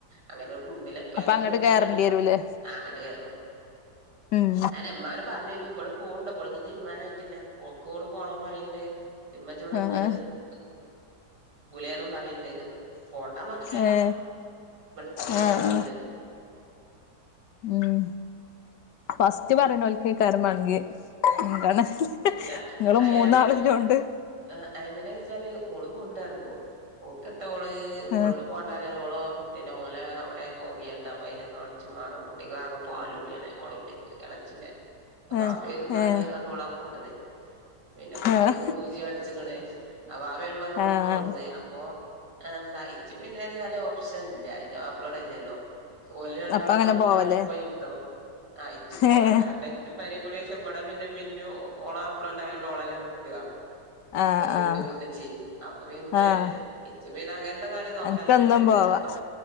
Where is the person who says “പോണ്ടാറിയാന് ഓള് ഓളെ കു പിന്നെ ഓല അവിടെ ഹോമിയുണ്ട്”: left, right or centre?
Right